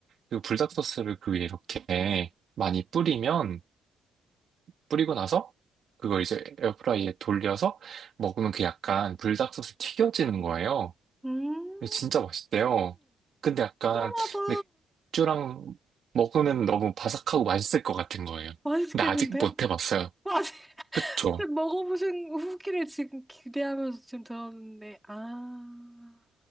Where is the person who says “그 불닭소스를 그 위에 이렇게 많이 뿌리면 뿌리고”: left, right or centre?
Right